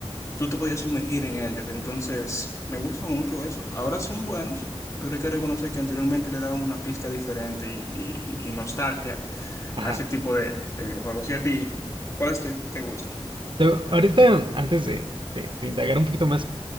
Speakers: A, on the left (about 30°); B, on the right (about 55°).
A: tú te podías sumergir en ellos. Entonces, me gusta mucho eso. Ahora son buenos, pero hay que reconocer que anteriormente le daban una pizca diferente y, y- y nostalgia
B: Ajá.
A: a ese tipo de, de videojuegos. ¿Y a ti, cuáles te, te gustan?
B: Te- ahorita, antes de, de- de indagar un poquito más,